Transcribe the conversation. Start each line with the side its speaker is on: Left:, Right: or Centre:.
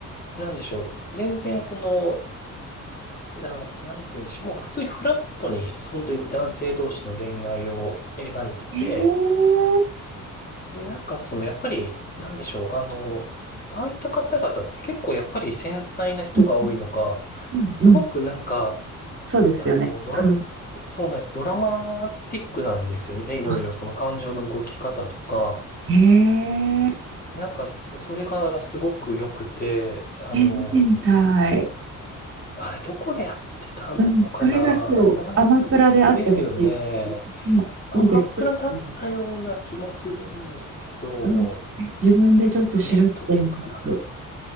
Left: なんでしょう。全然その、な、なんて言うんでしょう。もう普通にフラットに、本当に男性同士の恋愛を描いてて、
Right: ええ
Left: で、なんかその、やっぱり、なんでしょう。あの、ああいった方々って結構やっぱり繊細な人が多いのか、
Right: うんうんうん。
Left: すごくなんか、
Right: そうですよね。
Left: あの、ドラ、
Right: うん。
Left: そうなんです。ドラマティックなんですよね。いろいろその感情の動き方とか。
Right: あ、えええ
Left: なんか、そそれがすごく良くて、あの、
Right: 見てみたい。
Left: あれどこでやってたのかな、
Right: うん、それがそう、
Left: なん
Right: アマプラであってほし
Left: ですよね。
Right: い。もういいです。
Left: アマプラだったような気もするんですけど、
Right: ちょっとうん、自分でちょっと調べてみます。
Left: あ、ネットフリックスかな。